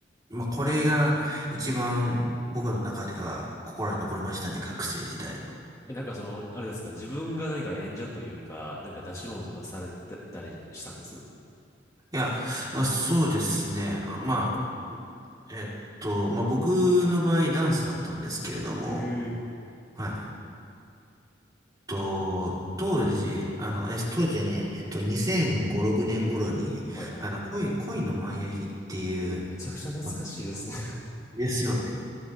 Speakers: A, on the right (about 20°); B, on the left (about 15°).
A: まあ、これが一番僕の中では心に残りましたね、学生時代の。
B: え、なんかその、あれですか、自分が何か演者というか、なんか出し物とかされてたりしたんです
A: いや、あ、そうですね。まあ、えっと、まあ、僕の場合ダンスだったんですけれども、
B: ええ
A: はいと、当時、あの、え、当時はねえ、えっと、2005、6年頃に、
B: はいはい。
A: あの、恋、恋のマイアヒっていう、
B: あめちゃくちゃ懐かしいですね。
A: まですよね。